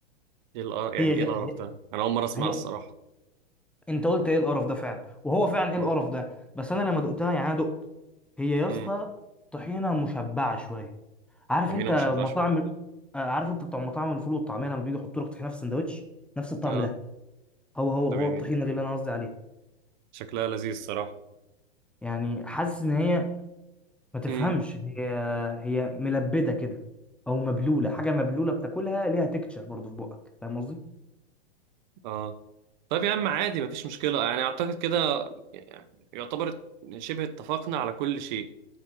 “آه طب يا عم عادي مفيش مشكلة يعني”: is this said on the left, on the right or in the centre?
Right